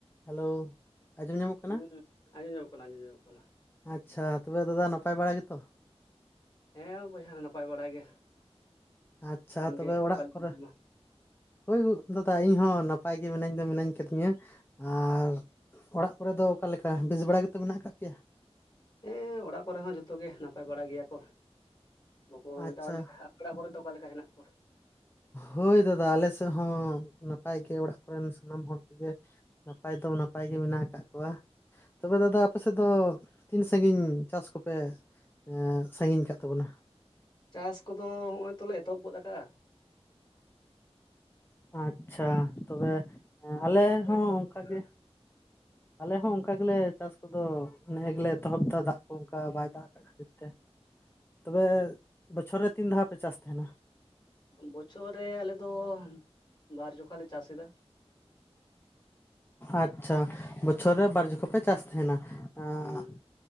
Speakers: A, on the left; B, on the left.
A: Hello ᱟᱸᱡᱚᱢ ᱧᱟᱢᱚᱜ
B: ᱦᱮᱸ
A: ᱠᱟᱱᱟ
B: ᱟᱸᱡᱚᱢ ᱧᱚᱜ ᱠᱟᱱᱟ, ᱟᱸᱡᱚᱢ ᱧᱚᱜᱚᱜ ᱠᱟᱱᱟ᱾
A: ᱟᱪᱪᱷᱟ ᱛᱚᱵᱮ ᱫᱟᱫᱟ ᱱᱟᱯᱟᱭ ᱵᱟᱲᱟ ᱜᱮᱛᱚ?
B: ᱦᱮᱸ ᱵᱚᱭᱦᱟ ᱱᱟᱯᱟᱭ ᱵᱟᱲᱟ ᱜᱮ,
A: ᱟᱪᱪᱷᱟ
B: ᱟᱢᱜᱮ
A: ᱛᱚᱵᱮ ᱚᱲᱟᱜ
B: ᱚᱠᱟ <unintelligible>
A: ᱠᱚᱨᱮ ᱦᱳᱭ ᱫᱟᱫᱟ ᱤᱧᱦᱚᱸ ᱱᱟᱯᱟᱭ ᱜᱮ ᱢᱤᱱᱟᱹᱧ ᱫᱚ ᱢᱤᱱᱟᱹᱧ ᱠᱟᱫᱤᱧᱟ, ᱟᱨ ᱚᱲᱟᱜ ᱠᱚᱨᱮᱚ ᱫᱚ ᱚᱠᱟᱞᱮᱠᱟ ᱵᱮᱥ ᱵᱟᱲᱟ ᱜᱮᱛᱚ ᱢᱮᱱᱟᱜ ᱠᱟᱜ ᱯᱮᱭᱟ?
B: ᱦᱮᱸ ᱚᱲᱟᱜ ᱠᱚᱨᱮ ᱦᱚᱸ ᱡᱚᱛᱚ ᱜᱮ ᱱᱟᱯᱟᱭ ᱵᱟᱲᱟ ᱜᱮᱭᱟ ᱠᱚ, ᱵᱚᱞᱚᱣ
A: ᱟᱪᱪᱷᱟ
B: ᱛᱟᱦᱞᱮ <unintelligible> ᱚᱲᱟᱜ ᱠᱚᱨᱮ ᱫᱚ ᱚᱠᱟ ᱞᱮᱠᱟ ᱦᱮᱱᱟᱜ ᱠᱚᱣᱟ?
A: ᱦᱳᱭ ᱫᱟᱫᱟ ᱟᱞᱮ ᱥᱮᱜ ᱦᱚᱸ ᱱᱟᱯᱟᱭ ᱜᱮ ᱚᱲᱟᱜ ᱠᱚᱨᱮᱱ ᱥᱟᱱᱟᱢ ᱦᱚᱲ ᱠᱚᱜᱮ᱾ ᱱᱟᱯᱟᱭ ᱫᱚ ᱱᱟᱯᱟᱭ ᱜᱮ ᱢᱮᱱᱟᱜ ᱟᱠᱟᱜ ᱠᱚᱣᱟ᱾ ᱛᱚᱵᱮ ᱫᱟᱫᱟ ᱟᱯᱮ ᱥᱮᱫ ᱫᱚ ᱛᱤᱱ ᱥᱟᱺᱜᱤᱧ ᱪᱟᱥ ᱠᱚᱯᱮ ᱮᱸ ᱥᱟᱺᱜᱤᱧ ᱠᱟᱜ ᱛᱟᱵᱚᱱᱟ?
B: ᱪᱟᱥ ᱠᱚᱫᱚ ᱦᱚᱸᱜᱼᱚᱭ ᱛᱚᱞᱮ ᱮᱛᱚᱦᱚᱵ ᱜᱚᱫ ᱠᱟᱜᱼᱟ᱾
A: ᱟᱪᱪᱷᱟ ᱛᱚᱵᱮ
B: ᱟᱨ
A: ᱟᱞᱮ
B: ᱨᱚᱦᱚᱭ ᱠᱚ
A: ᱦᱚᱸ
B: ᱮᱛᱚᱦᱚᱵ
A: ᱚᱝᱠᱟᱜ
B: ᱜᱚᱫ ᱟᱠᱟᱜᱼᱟ
A: ᱜᱮ
B: ᱞᱮ᱾
A: ᱟᱞᱮ ᱦᱚᱸ ᱚᱝᱠᱟ ᱜᱮᱞᱮ ᱪᱟᱥ ᱠᱚᱫᱚ ᱱᱮᱜᱼᱮ ᱜᱮᱞᱮ ᱮᱛᱚᱦᱚᱵᱫᱟ ᱫᱟᱜ ᱠᱚ ᱚᱝᱠᱟ ᱵᱟᱭ ᱫᱟᱜ ᱟᱠᱟᱫ ᱠᱷᱟᱹᱛᱤᱨ᱾ ᱛᱮ ᱛᱚᱵᱮ ᱵᱚᱪᱷᱚᱨ ᱨᱮ ᱛᱤᱱ ᱫᱷᱟᱣ ᱯᱮ ᱪᱟᱥ ᱛᱟᱦᱮᱱᱟ?
B: ᱵᱚᱪᱷᱚᱨ ᱨᱮ ᱟᱞᱮ ᱫᱚ ᱵᱟᱨ ᱡᱚᱠᱷᱟ ᱞᱮ ᱪᱟᱥᱮᱫᱟ᱾
A: ᱟᱪᱪᱷᱟ ᱵᱚᱪᱷᱚᱨ ᱨᱮ ᱵᱟᱨ ᱡᱚᱠᱷᱚ ᱯᱮ ᱪᱟᱥ ᱛᱟᱦᱮᱱᱟ᱾ ᱟᱸ
B: ᱦᱩᱸ